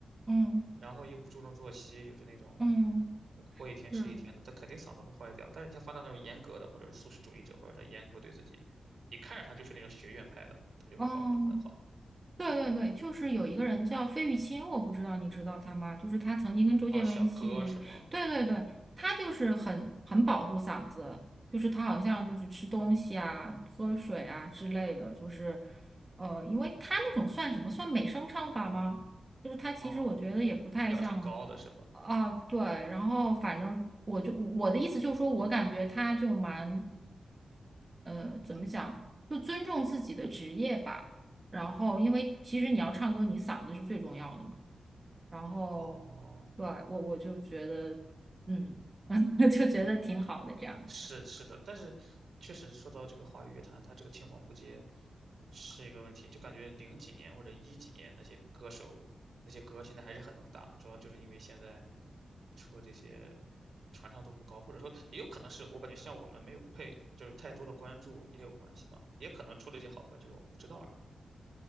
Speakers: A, on the right; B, on the right.
A: 嗯
B: 然后又不注重作息，又是那种
A: 嗯
B: 呃过一天是一天的，
A: 是，
B: 他肯定嗓子会坏掉。但是人家发到那种严格的，或者是素食主义者，或者他严格对自己，你看着他就是那种学院派的，他就会保护的很好
A: 哦，对对对，就是有一个人叫费玉清，我不知道你知道他吗？就是他曾经跟周杰伦一起，
B: 啊。小哥是吗？
A: 对对对，他就是很很保护嗓子，就是他好像就是吃东西啊、喝水啊之类的，就是呃，因为他那种算什么？算美声唱法吗？就是他其实我觉得也不太像。
B: 啊，调挺高的是吧？
A: 啊，对，然后反正我就我的意思就是说，我感觉他就蛮呃，怎么讲，就尊重自己的职业吧。然后，因为其实你要唱歌，你嗓子是最重要的嘛。然后，
B: 哦。
A: 对，我我就觉得，嗯，<laughs> 就觉得挺好的这样子。
B: 是是的，但是确实说到这个华语乐坛，它这个青黄不接是一个问题，就感觉零几年或者一几年那些歌手那些歌现在还是很能打，主要就是因为现在出这些传唱度不高，或者说也有可能是我感觉像我们没有配就是太多的关注也有关系吧，也可能出了一些好歌，只是我们不知道而已。